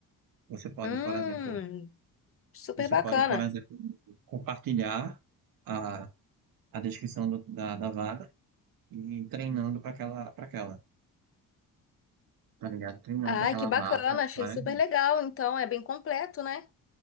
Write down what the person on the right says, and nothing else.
Você pode,
por exemplo,
você
pode, por exemplo, compartilhar a, a descrição do- da, da vaga e ir treinando para aquela, para aquela, tá ligado? Treinando
para aquela
vaga
várias
vezes.